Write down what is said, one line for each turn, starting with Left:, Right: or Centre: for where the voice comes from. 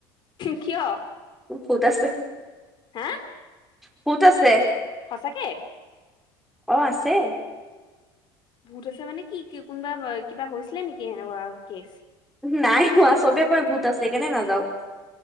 Left: কিয়?
Centre: ভুত আছে
Left: হা
Centre: ভুত আছে।
Left: সঁচাকে?
Centre: অ', আছে।
Left: ভূত আছে মানে, কি কোনোবা কিবা হৈছিলে নেকি সেনেকুৱা কেচ?
Centre: নাই হোৱা চবেকৈ ভোত আছে কেনে নাযাও।